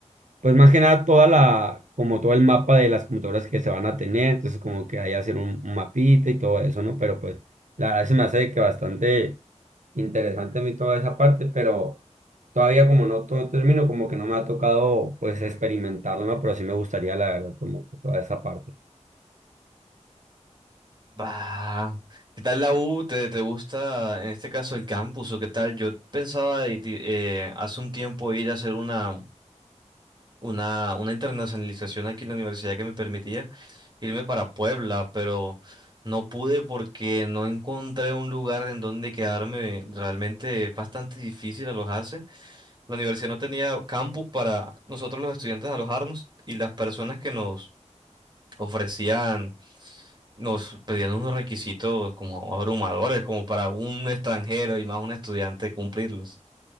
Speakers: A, on the right; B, on the right.
A: Pues más que nada toda la, como todo el mapa de las computadoras que se van a tener, entonces como que ahí hacer un, un mapita y todo eso, ¿no? Pero pues la verdad se me hace que bastante interesante a mí toda esa parte, pero todavía como no todo termino, como que no me ha tocado pues experimentarlo, ¿no? Pero sí me gustaría la verdad como que toda esa parte.
B: Bah, ¿qué tal la U? ¿Te, te gusta en este caso el campus o qué tal? Yo pensaba de ti- eh, hace un tiempo ir a hacer una, una, una internacionalización aquí en la universidad que me permitía irme para Puebla, pero no pude porque no encontré un lugar en donde quedarme. Realmente es bastante difícil alojarse. La universidad no tenía campus para nosotros los estudiantes alojarnos y las personas que nos ofrecían, nos pedían unos requisitos como abrumadores, como para un extranjero y más un estudiante cumplirlos.